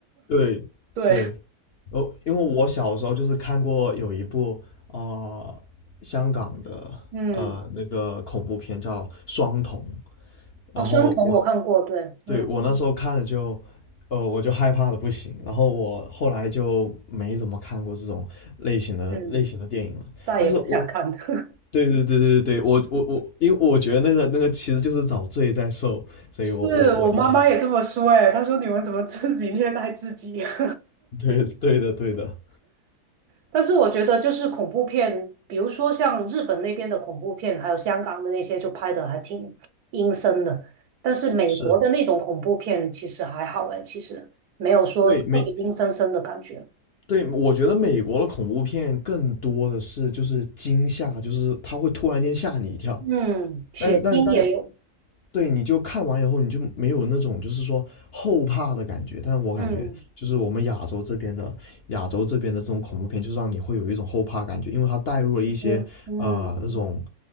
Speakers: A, on the left (about 55°); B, on the right (about 80°).
A: 对，
B: 对，
A: 对，我因为我小时候就是看过有一部啊呃香港的呃那个恐怖片叫《双瞳》，
B: 嗯，哦，
A: 然后我
B: 双瞳我看过，对，嗯
A: 对我那时候看了就呃我就害怕的不行，然后我后来就没怎么看过这种类型的类型的电影了。
B: 嗯，再也不想看。
A: 但是我
B: <laughs>
A: 对对对对对，我我我，因为我觉得那个那个其实就是找罪在受，所以我我我一般
B: 是我妈妈也这么说，哎，她说你们怎么自己虐待自己？<laughs>
A: 对对的对的，
B: 但是我觉得就是恐怖片，比如说像日本那边的恐怖片，还有香港的那些，就拍的还挺阴森的。但是美国的那种恐怖片其实还好哎，
A: 是，
B: 其实没有说特别阴森森的感觉。
A: 对每对，我觉得美国的恐怖片更多的是就是惊吓，就是它会突然间吓你一跳，
B: 嗯，血腥也有。
A: 但但但，对，你就看完以后你就没有那种就是说后怕的感觉。但我感觉就是我们亚洲这边的亚洲这边的这种恐怖片，
B: 嗯
A: 就是让你会有一种后怕感觉，因为它带入了一些呃那种
B: 嗯嗯